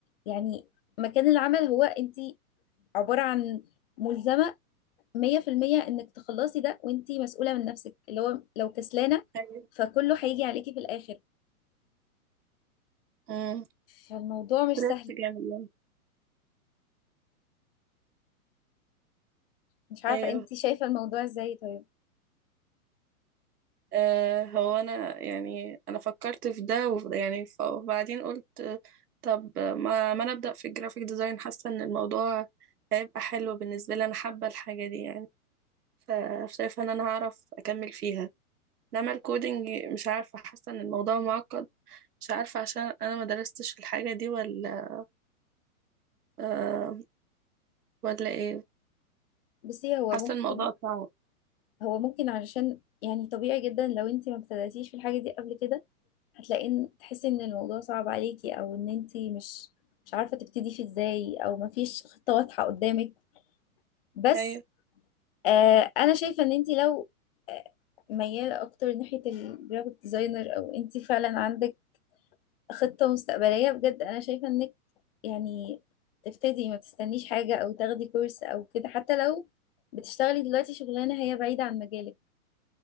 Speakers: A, on the left (about 40°); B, on the right (about 80°).
A: يعني مكان العمل هو أنت عبارة عن ملزمة 100% إنك تخلصي ده وأنت مسؤولة من نفسك اللي هو لو كسلانة
B: أيوه
A: فكله هيجي عليكي في الآخر
B: امم
A: فالموضوع مش
B: جامد
A: سهل
B: يعني
A: مش عارفة
B: أيوه
A: انت شايفة الموضوع ازاي طيب
B: آه، هو انا يعني انا فكرت في ده وفي ده يعني ف- وبعدين قلت آه، طب ما ما انا ابدا في الجرافيك ديزاين حاسه ان الموضوع هيبقى حلو بالنسبه لي انا حابه الحاجه دي يعني فشايفه ان انا هعرف اكمل فيها انما الكودينج مش عارفه حاسه ان الموضوع معقد مش عارفه عشان انا ما درستش الحاجه دي ولا آه ولا ايه
A: بصي هو
B: حاسه
A: ممكن
B: الموضوع صعب
A: هو ممكن علشان يعني طبيعي جدا لو انت ما ابتدأتيش في الحاجة دي قبل كده هتلاقي ان تحسي ان الموضوع صعب عليكي او ان انت مش مش عارفة تبتدي فيه ازاي او ما فيش خطة واضحة قدامك بس
B: ايوه
A: آه انا شايفة ان انت لو آه، ميالة اكتر ناحية الجرافيك ديزاينر او انت فعلا عندك خطة مستقبلية بجد أنا شايفة إنك يعني تبتدي ما تستنيش حاجة أو تاخدي كورس أو كده حتى لو بتشتغلي دلوقتي شغلانة هي بعيدة عن مجالك